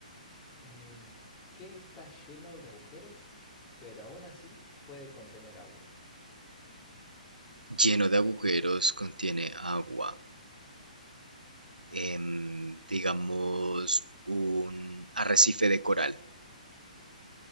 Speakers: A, on the left; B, on the right.
A: Eh, ¿qué está lleno de agujeros, pero aún así puede contener agua?
B: Lleno de agujeros, contiene agua. em, digamos, un arrecife de coral.